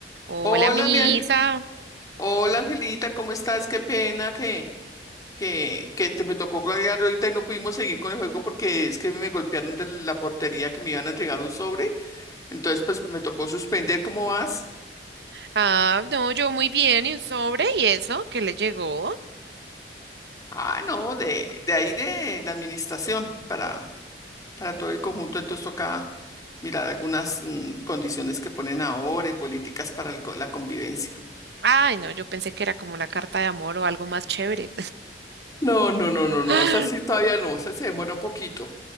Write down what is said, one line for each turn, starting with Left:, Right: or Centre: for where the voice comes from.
Right: Hola,
Left: Hola,
Right: misa.
Left: mi ange- Hola, Angelita, ¿cómo estás? Qué pena que, que, que te me tocó colgar ahorita y no pudimos seguir con el juego porque es que me golpearon de la portería que me iban a entregar un sobre. Entonces, pues me tocó suspender. ¿Cómo vas?
Right: Ah, no, yo muy bien. ¿Y un sobre? ¿Y eso? ¿Qué le llegó?
Left: Ah, no, de, de ahí de la administración para, para todo el conjunto. Entonces toca mirar algunas mm, condiciones que ponen ahora y políticas para el co- la convivencia.
Right: Ay, no, yo pensé que era como una carta de amor o algo más chévere.
Left: No, no, no, no, no.
Right: <laughs>
Left: Esa sí todavía no. Esa se demora un poquito.